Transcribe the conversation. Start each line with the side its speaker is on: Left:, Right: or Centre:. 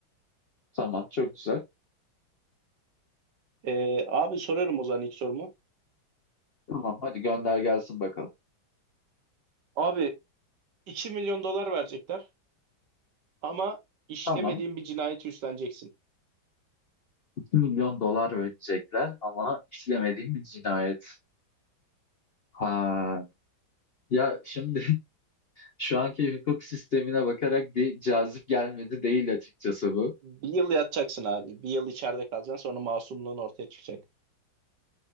Left: Tamam çok güzel.
Right: Ee, abi soruyorum o zaman ilk sorumu.
Left: Tamam hadi gönder gelsin bakalım.
Right: Abi 2 milyon dolar verecekler ama işlemediğin
Left: Tamam.
Right: bir cinayeti üstleneceksin.
Left: 2 milyon dolar ödeyecekler ama işlemediğim bir cinayet. Ha. Ya şimdi <laughs> şu anki hukuk sistemine bakarak bir cazip gelmedi değil açıkçası bu.
Right: Bir yıl yatacaksın abi. Bir yıl içeride kalacaksın sonra masumluğun ortaya çıkacak.